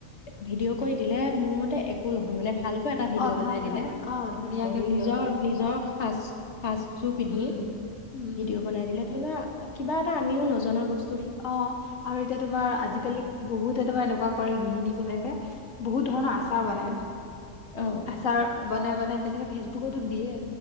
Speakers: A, on the left; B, on the left.
A: ভিডিঅ কৰি দিলে ম- মতে একো <unintelligible> মানে ভালকৈ এটা ভিডিঅ'
B: অ
A: বনাই
B: ভাল
A: দিলে,
B: ভাল অ ধুনীয়াকে ভিডিঅ'
A: নিজৰ-
B: বনাই
A: নিজৰ পাঁচ <unintelligible> পিন্ধি
B: উম উম
A: ভিডিঅ' বনাই দিলে, ধৰি লোৱা কিবা এটা আমিও নজনা বচ
B: অ', আৰু এতিয়া তোমাৰ, আজিকালি বহুতে তোমাৰ এনেকুৱা কৰে গৃহিণী বিলাকে, বহুত ধৰণৰ আচাৰ বনায়
A: অ
B: আচাৰ বনাই- বনাই তেনেকে ফেচবুকতো দিয়ে।